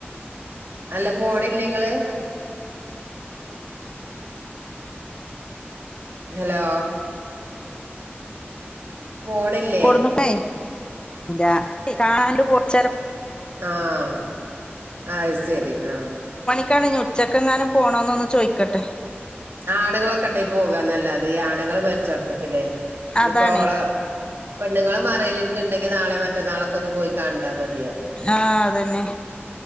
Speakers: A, on the right; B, on the left.
A: അല്ല പോണില്ലങ്ങള് ഹലോ പോണില്ലെ
B: കൊടുന്നുക്കേ ഇല്ല കാണാണ്ട് <unintelligible>
A: ആഹ അത് ശരി ആഹ
B: ട്ടാണ് ഉച്ചക്കെ എങ്ങാനും പോണോന്ന് ഒന്ന് ചോയിക്കട്ടെ
A: ആണുങ്ങളൊക്കെണ്ടാ പോകാന്നല്ലാതെ ഈ ആണുങ്ങൾ വര് ചേർത്തക്കല്ലേ ഇനിപ്പോ
B: അതാണ്
A: ഓളെ പെണ്ണുങ്ങള് മറയിലിരിക്കണ്ടെങ്കി നാളെ മറ്റന്നാളൊ മ്മക്ക്ന്ന് പോയി കണ്ടാ മതിയാർന്ന്
B: ആഹ് അതന്നെ